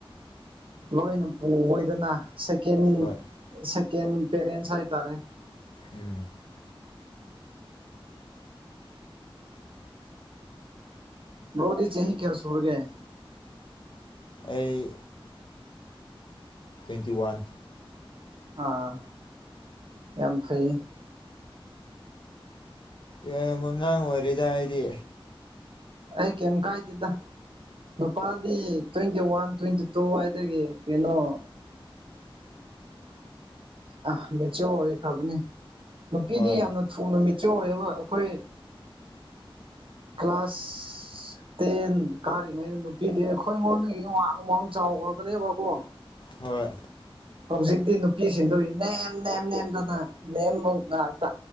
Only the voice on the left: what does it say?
ꯍꯣꯏ
ꯎꯝ
ꯑꯩ ꯇ꯭ꯋꯦꯟꯇꯤ ꯋꯥꯟ
ꯌꯥꯝ ꯑꯉꯥꯡ ꯑꯣꯏꯔꯤꯗ ꯑꯩꯗꯤ
ꯍꯣꯏ
ꯍꯣꯏ